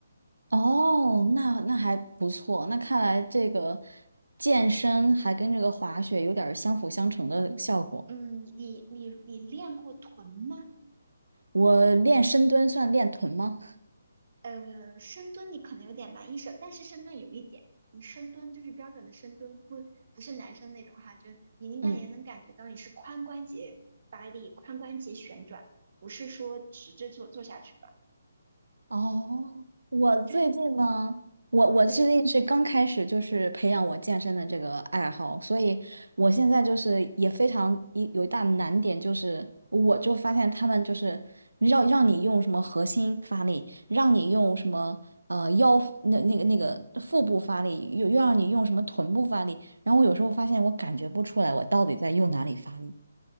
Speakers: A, on the right; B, on the right.
A: 哦，那那还不错，那看来这个健身还跟这个滑雪有点儿相辅相成的效果。
B: 嗯，你你你练过臀吗？
A: 我练深蹲算练臀吗？
B: 呃，深蹲你可能有点难一手，但是深蹲有一点，你深蹲就是标准的深蹲，不不是男生那种哈，就你应该也能感觉到你是髋关节发力、
A: 嗯，
B: 髋关节旋转，不是说直着做做下去吧，
A: 哦，我最近呢，
B: 就是你
A: 我我最近是刚开始就是培养我健身的这个爱好，
B: 对，
A: 所以我现在就是也非常一有一大难点就是，我就发现他们就是让让你用什么核心发力，让你用什么呃腰那那个那个腹部发力，又又让你用什么臀部发力，然后我有时候发现我感觉不出来我到底在用哪里发力。